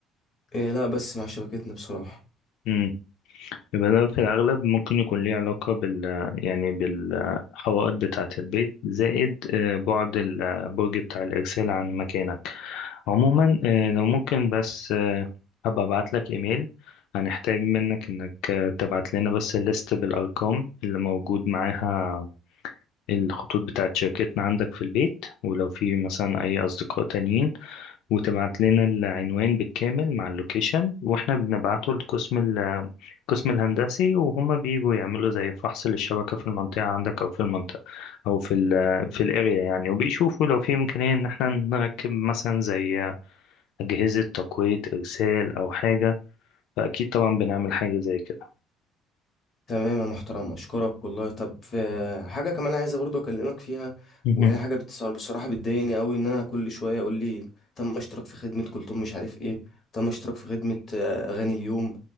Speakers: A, on the left (about 40°); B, on the left (about 80°).
A: إيه لا بس مع شبكتنا بصراحة
B: امم يبقى ده في الأغلب ممكن يكون ليه علاقة بال يعني بالحوائط بتاعة البيت زائد آه، بعد البرج بتاع الإرسال عن مكانك عموما آه، لو ممكن بس آه، هبقى أبعت لك إيميل هنحتاج منك إنك آه، تبعت لنا بس الليست بالأرقام اللي موجود معاها الخطوط بتاعت شركتنا عندك في البيت ولو في مثلا أي أصدقاء تانيين وتبعت لنا العنوان بالكامل مع اللوكيشن وإحنا بنبعته لقسم ال- القسم الهندسي وهم بيجوا يعملوا زي فحص للشبكة في المنطقة عندك أو في المنطقة أو في ال في الأريا يعني وبيشوفوا لو في إمكانية إن إحنا نركب مثلا زي أجهزة تقوية إرسال أو حاجة فأكيد طبعا بنعمل حاجة زي كده
A: تمام يا محترم اشكرك والله طب في حاجه كمان عايزه برضو اكلمك فيها
B: مهم.
A: وهي حاجه بتص- بصراحه بتضايقني قوي ان انا كل شويه اقول لي تم اشتراك في خدمه كلثوم مش عارف ايه تم اشتراك في خدمه آه، اغاني اليوم